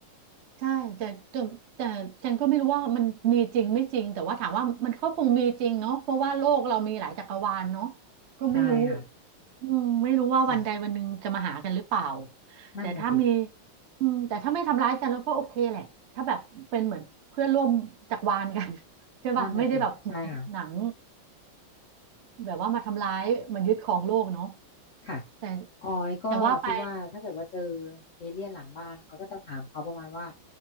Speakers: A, on the right; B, on the left.
A: ใช่แต่แต่แต่จันก็ไม่รู้ว่ามันมีจริงไม่จริงแต่ว่าถามว่ามันก็คงมีจริงเนาะเพราะว่าโลกเรามีหลายจักรวาลเนาะก็ไม่รู้
B: ใช่ค่ะ
A: อืมไม่รู้ว่าวันใดวันหนึ่งจะมาหากันหรือเปล่า
B: ค่ะนั่นน่ะสิ
A: แต่ถ้ามีอืมแต่ถ้าไม่ทำร้ายกันแล้วก็โอเคแหละถ้าแบบเป็นเหมือนเพื่อนร่วมจักรวาลกัน <laughs> ใช่ป่ะไม่ได้แบบเหมือนหนัง
B: นั่นน่ะสิใช่ค่ะ
A: แบบว่ามาทำร้ายมายึดครองโลกเนาะ
B: ค่ะ
A: แต่
B: ออยก็คิดว่าถ้าเกิดว่าเจอ
A: แต่ว่าไป
B: เอเลี่ยนหลังบ้านออยก็จะถามเขาประมาณว่า